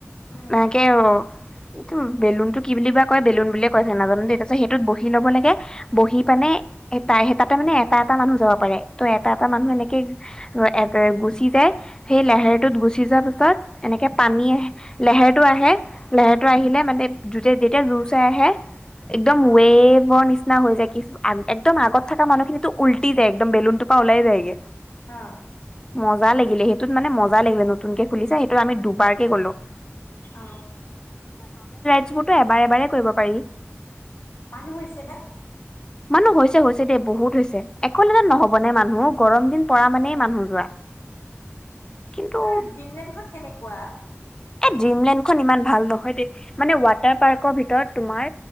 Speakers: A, on the left (about 85°); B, on the left (about 15°).
A: উম,
B: নাকে অ এইটো বেলুনতটো কি বুলিিব কয় বেলুনুলিয়ে কৈছো নাজানো দেেই তাৰপাছত সেইটোত বহি
A: উম,
B: লব লাগে বহি পাননে
A: উম,
B: তাতে মানে এটা এটা মানুহ যাব পাৰে ত এটা এটা মানুহ
A: উম,
B: এনেকে এ গুচি যায় সেই লোহেৰটোত গুচি যোৱা পাছত পিছত এনেকে পানী আহে লেেৰটো আহে লেহেৰটো আহিলে
A: উম,
B: মানে যেতিয়া জোৰ চাই আহে একদম
A: অ',
B: ৱে বৰ নিচনা নিচনা হৈ যায় কি একদম আগত থকা মানুহখিনিতো উলটি যায় একদম বেলুনটোৰ পৰা ওলাই যায়গে
A: অ
B: মজা লাগিলে সেইটোত মানে মজা লাগিলে নতুনকে খুলিছো সেইটোত আমি দুবাৰকে গ'লো
A: অ
B: োৰতো এবাৰে এবাৰে কৰিব পাৰি
A: মানুহ হৈছে নে
B: মানহ হৈছে হৈছে দেেই বহুত হৈছে এককলজনন নহবনেে মানুহ গৰম দিন পৰা মানে
A: উম।
B: ম নোযোৱা কিন্তু
A: আৰু ড্ৰিমলেণ্ডখন কেনেকুৱা?
B: ডিমলেণ্ড খন ইমান ভাল নহয় দেই মানে ৱাটাৰ পাৰ্কৰ ভিতৰত তোমাৰ